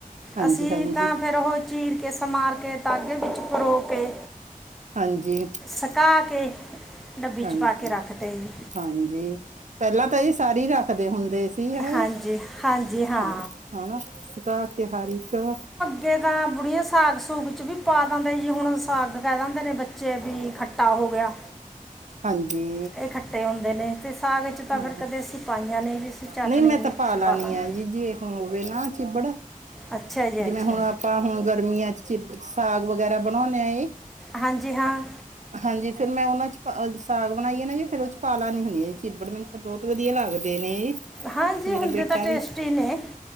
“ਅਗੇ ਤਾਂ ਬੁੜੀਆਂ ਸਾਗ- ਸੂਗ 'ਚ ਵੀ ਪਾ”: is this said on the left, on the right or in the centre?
Centre